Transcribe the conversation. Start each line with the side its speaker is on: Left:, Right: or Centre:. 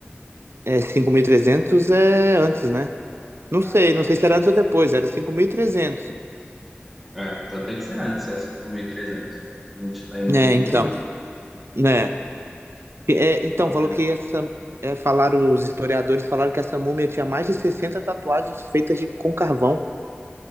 Right: É, 5.300 é antes, né? Não
Centre: Ah,
Right: sei,
Centre: ok.
Right: não sei se era antes ou depois, era 5.300.
Centre: É, então tem que ser antes, é 5.300. A gente tá em
Right: É
Centre: 2000,
Right: então,
Centre: né?
Right: né? É, então,
Centre: Ok.
Right: falou que essa... É, falaram, os historiadores falaram que essa múmia tinha mais de 60 tatuagens feitas de, com carvão.